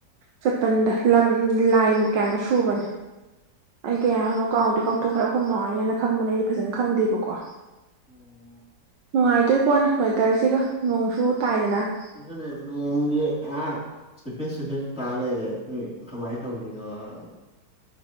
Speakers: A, on the right; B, in the centre.
A: ꯆꯠꯄꯟꯗ ꯂꯝ ꯂꯥꯏꯃ ꯀꯌꯥꯅꯣ ꯁꯨꯕꯅꯦ ꯑꯩ ꯀꯌꯥꯅꯣ ꯀꯥꯎꯗꯤ ꯀꯥꯎꯊꯣꯛꯈ꯭ꯔꯦ ꯑꯈꯣꯏ ꯃꯥ ꯍꯣꯏꯅ ꯍꯦꯟꯅ ꯈꯪꯕꯅꯦ ꯑꯩꯗꯤ ꯐꯖꯅ ꯈꯪꯗꯦꯕꯀꯣ
B: ꯑꯣ
A: ꯅꯨꯡꯉꯥꯏꯗꯣꯏ ꯄꯣꯠꯅꯦ ꯋꯦꯗꯔꯁꯤꯒ ꯅꯣꯡꯁꯨ ꯇꯥꯏꯗꯅ
B: ꯑꯗꯨꯅꯦ ꯅꯣꯡꯖꯦ ꯑꯥ ꯁꯨꯐꯦꯠ ꯁꯨꯐꯦꯠ ꯇꯥ ꯂꯩꯔꯦ ꯑꯗꯨꯏ ꯀꯃꯥꯏꯅ ꯇꯧꯗꯣꯏꯅꯣꯅ